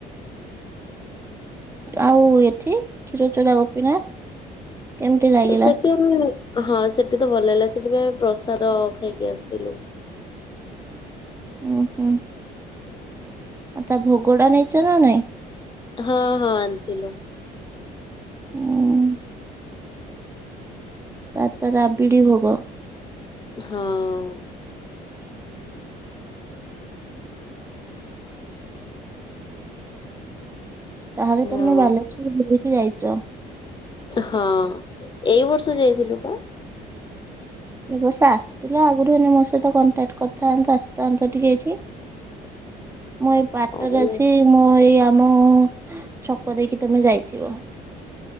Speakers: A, on the right; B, on the left.
A: ଆଉ ଏଠି କ୍ଷୀରଚୋରା ଗୋପୀନାଥ କେମିତି ଲାଗିଲା।
B: ସେଠି ଆମେ ହଁ ସେଠି ତ ଭଲ ହେଲା ସେଠିପା ପ୍ରସାଦ ଖାଇକି ଆସିଥିଲୁ।
A: ଉଁ ହୁଁ <inaudible> ଆଉ ତା ଭୋଗଟା ନେଇଛନା ନାହିଁ।
B: ହଁ ହଁ ଆଣିଥିଲୁ।
A: ହୁଁ। ତାର ତ ରାବିଡି ଭୋଗ।
B: ହଁ।
A: ତାହେଲେ ତମେ
B: ଆଉ
A: ବାଲେଶ୍ଵର ବୁଲିକି ଆଇଚ।
B: ହଁ ଏଇ ବର୍ଷ ଯାଇଥିଲୁପା।
A: ଏ ବର୍ଷ ଆସିଥିଲା ଆଗରୁ ହେଲେ ମୋ ସହିତ କଣ୍ଟାକ୍ଟ କରିଥାନ୍ତୁ ଆସିଥାନ୍ତୁ ଟିକେ ଏଇଠିକି। <inaudible> ମୁଁ ଏଇ ବାଟରେ
B: ହଉ
A: ଅଛି। ମୁଁ ଏଇ ତମ ଛକ ଦେଇକି ତମେ ଯାଇଥିବ।